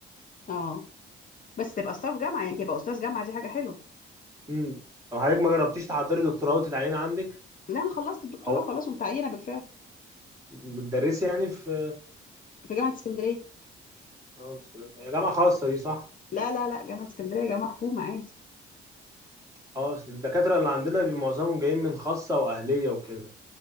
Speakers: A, on the left; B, on the right.
A: اه بس تبقى ستاف جامعة يعني تبقى استاذ جامعة دي حاجة حلوة
B: امم طب حضرتك ما جربتيش تحضري دكتوراه وتتعيني عندك
A: لا انا خلصت الدكتوراه
B: او
A: خلاص ومتعينة بالفعل
B: بتدرسي يعني في
A: في جامعة اسكندرية
B: اه بسم الله هي جامعة خاصة دي صح؟
A: لا لا لا جامعة اسكندرية جامعة حكومة عادي
B: اه أصل الدكاترة اللي عندنا بي- معظمهم جايين من خاصة وأهلية وكده